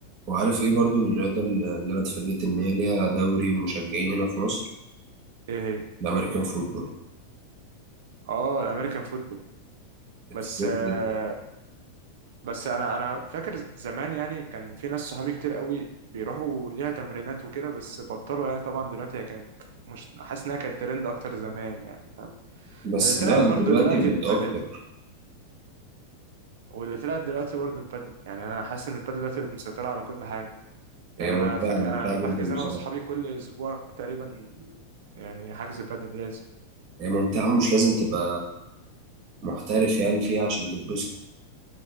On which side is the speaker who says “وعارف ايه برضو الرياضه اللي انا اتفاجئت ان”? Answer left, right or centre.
Right